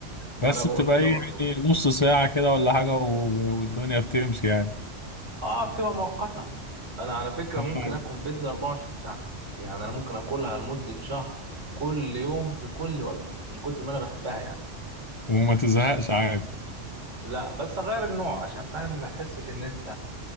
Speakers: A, on the right (about 85°); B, on the left (about 25°).
A: ما
B: بس
A: انا بقول
B: بتبقى
A: كده
B: ايه
A: برضه
B: يعني نص ساعة كده ولا حاجة و- والدنيا بتمشي يعني
A: اه بتبقى مؤقتة انا على فكرة
B: <laughs>
A: ممكن
B: آه.
A: اكل بيتزا 24 ساعة يعني انا ممكن اكلها لمدة شهر كل يوم في كل وجبة من كتر ما انا بحبها يعني
B: وما تزهقش عادي
A: لا بس اغير النوع عشان فاهم ما تحسش ان انت